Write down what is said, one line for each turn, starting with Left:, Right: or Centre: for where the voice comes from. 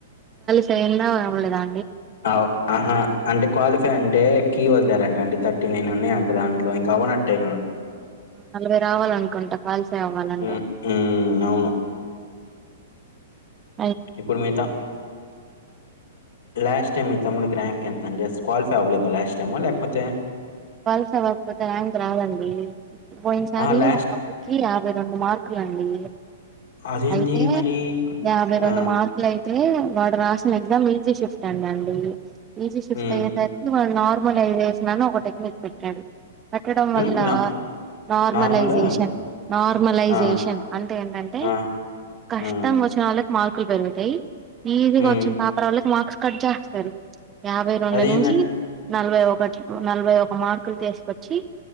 Right: అయ్యేందా అవ్వాలేదా
Left: అ ఆహా అంటే క్వాలిఫై అంటే కీ వదిలారంట అంటడి థర్టీ నైన్ ఉన్నాయి అంట దాంట్లో ఇంక అవ్వనట్టే గా
Right: నలభై రావాల అనుకుంటాను క్వాలిఫై అవ్వాలంటే
Left: హ్మ్. హ్మ్. అవును.
Right: ఆ
Left: ఇప్పుడు మిగతా లాస్ట్ టైమ్ మి తమ్ముడికి ర్యాంక్ ఎంత అండి క్వాలిఫై అవ్వలేద లాస్ట్ టైమా లేకపోతే
Right: పల్స అవ్వకపోతే ర్యాంక్ రాదండి పోయినసారి
Left: అహా! లాస్ట్
Right: మా పాపా కీ యాభై రెండు మార్కులు అండి
Left: అదేంది
Right: అయితే
Left: మరి?
Right: యాభై
Left: ఆ!
Right: రెండు మార్కులు అయి అయితే వాడు రాసిన ఎగ్జామ్ ఈజీ షిఫ్ట్ అంటా అండి ఈజీ షిఫ్ట్
Left: హ్మ్.
Right: అయ్యేసరికి వాళ్ల నార్ అప్పుడ్ నేన్ చేసినాను ఒక టెక్నిక్ పెట్టాడు కట్టడం
Left: హ్మ్.
Right: వల్ల
Left: నా
Right: నార్మలైజేషన్
Left: నార్మలు?
Right: నార్మలైజేషన్
Left: ఆ!
Right: అంటే ఏంటంటే
Left: ఆ!
Right: కష్టం
Left: ఆ!
Right: వచ్చిన వాళ్ళక్ మార్కులు పెరుగుతయి ఈజీగా
Left: హ్మ్.
Right: వచ్చింది పపర్ వాళ్ళకి మార్క్స్ కట్ జాస్తరు యాభై రెండు
Left: అదేందండి?
Right: నుంచి నలభై ఒకటి నలభై ఒక ఒక మార్కులు తీసుకొచ్చి